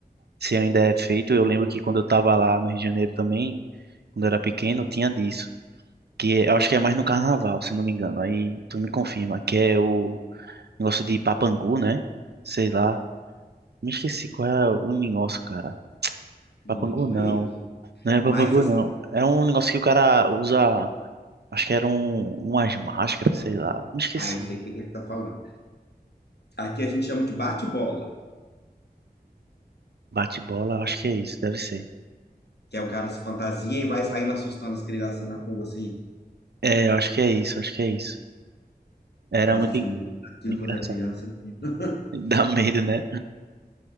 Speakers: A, on the right; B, on the left.
A: se ainda é feito, eu lembro que quando eu tava lá no Rio de Janeiro também quando eu era pequeno, tinha disso. Que é, eu acho que é mais no carnaval, se não me engano. Aí tu me confirma, que é o negócio de papangu, né? Sei lá. Me esqueci qual é o negócio, cara.
B: Não
A: Papangu
B: conheço.
A: não. Não é
B: Mas
A: papangu
B: assim,
A: não. É um negócio que o cara usa. Acho que era um, umas máscaras, sei lá. Me esqueci.
B: ah, eu sei o que que ele tá falando. Aqui a gente chama de bate-bola,
A: Bate-bola, acho que é isso, deve ser.
B: que é o cara se fantasia e vai saindo assustando as crianças na rua, assim.
A: É, eu acho que é isso, acho que é isso. Era
B: Nossa,
A: muito
B: eu tinha
A: en-
B: um medo daquilo
A: engraçado.
B: quando era criança. <laughs>
A: <laughs> Dá medo, né?